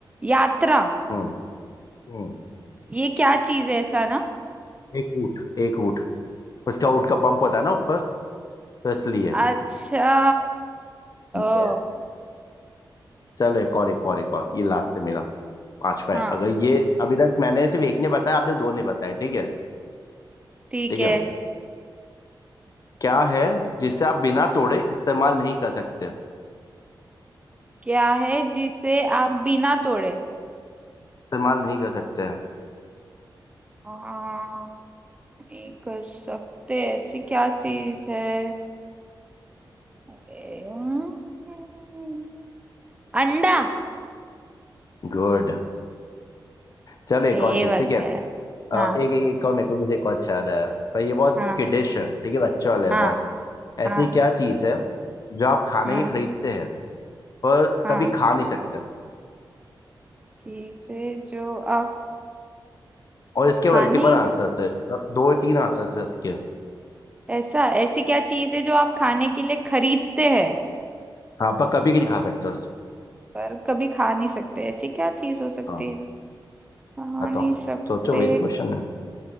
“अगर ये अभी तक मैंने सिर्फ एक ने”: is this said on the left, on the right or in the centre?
Left